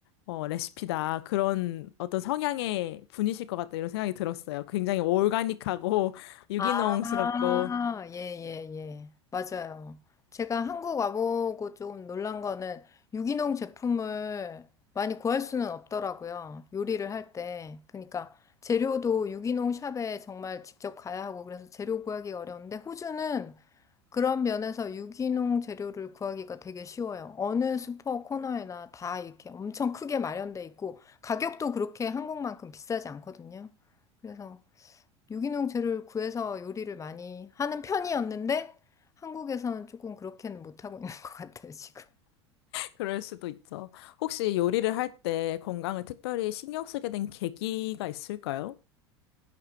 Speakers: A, on the left; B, on the left.
A: 어, 레시피다. 그런 어떤 성향의 분이실 것 같다. 이런 생각이 들었어요. 굉장히 올가닉하고 <laughs> 유기농스럽고.
B: 아, 예, 예, 예. 맞아요. 제가 한국 와보고 조금 놀란 거는 유기농 제품을 많이 구할 수는 없더라고요. 요리를 할 때. 그러니까 재료도 유기농 샵에 정말 직접 가야 하고 그래서 재료 구하기 가 어려운데 호주는 그런 면에서 유기농 재료를 구하기가 되게 쉬워요. 어느 슈퍼 코너에나 다 이렇게 엄청 크게 마련돼 있고 가격도 그렇게 한국만큼 비싸지 않거든요. 그래서 유기농 재료를 구해서 요리를 많이 하는 편이었는데 한국에서는 조금 그렇게는 못하고 있는 <laughs> 것 같아요, 지금.
A: 그럴 수도 있죠. 혹시 요리를 할 때 건강을 특별히 신경 쓰게 된 계기가 있을까요?